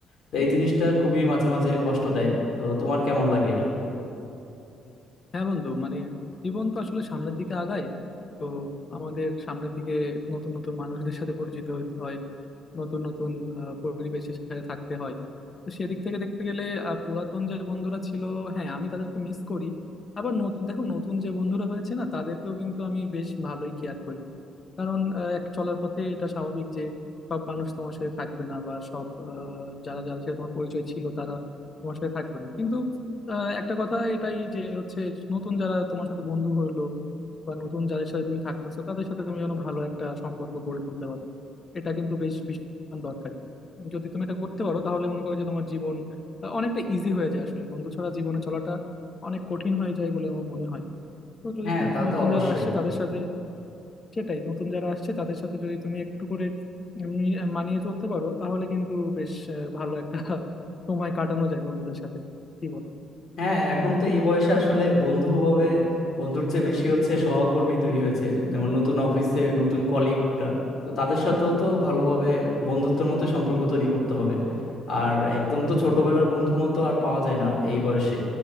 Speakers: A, on the left; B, on the left.
A: তো এই জিনিসটা খুবই মাঝে মাঝে কষ্ট দেয় তো তোমার কেমন লাগে এটা
B: হ্যাঁ বন্ধু মানে জীবন তো আসলে সামনের দিকে আগায় তো আমাদের সামনের দিকে নতুন নতুন মানুষদের সাথে পরিচিত হতে হয় নতুন নতুন আহ, পরিবেশের সাথে থাকতে হয় তো সেদিক থেকে দেখতে গেলে আহ, পুরাতন যে বন্ধুরা ছিল হ্যাঁ আমি তাদেরকে মিস করি আবার নতুন দেখো নতুন যে বন্ধুরা হয়েছে না তাদেরকেও কিন্তু আমি বেশ ভালোই কেয়ার করি কারণ আহ, এক চলার পথে এটা স্বাভাবিক যে সব মানুষ তোমার সাথে থাকবে না বা সব আহ, যারা যাদের সাথে তোমার পরিচয় ছিল তারা তোমার সাথে থাকবে না কিন্তু আহ, একটা কথা এটাই যে হচ্ছে নতুন যারা তোমার সাথে বন্ধু হলো বা নতুন যাদের সাথে তুমি থাকতেছো তাদের সাথে তুমি যেন ভালো একটা সম্পর্ক গড়ে তুলতে পারো এটা কিন্তু বেশ ভীষণ দরকার যদি তুমি এটা করতে পারো তাহলে মনে করো যে তোমার জীবন আহ, অনেকটা ইজি হয়ে যায় আসলে বন্ধু ছাড়া জীবনে চলাটা অনেক কঠিন হয়ে যায় বলে আমার মনে হয় তো যদি
A: হ্যাঁ
B: তুমি
A: তা
B: নতুন
A: তো অবশ্যই
B: যারা আসছে তাদের সাথে সেটাই নতুন যারা আসছে তাদের সাথে যদি তুমি একটু করে এমনি মানিয়ে চলতে পারো তাহলে কিন্তু বেশ আহ, ভালো একটা সময় কাটানো যায় বন্ধুদের সাথে কি বলো
A: হ্যাঁ এখন তো এই বয়সে আসলে বন্ধু ভাবে বন্ধুর চেয়ে বেশি হচ্ছে সহকর্মী তৈরি হয়েছে যেমন নতুন অফিসে নতুন কলিগরা তো তাদের সাথেও তো ভালোভাবে বন্ধুত্বের মতো সম্পর্ক তৈরি করতে হবে আর একদম তো ছোটবেলার বন্ধুর মতো আর পাওয়া যায় না এই বয়সে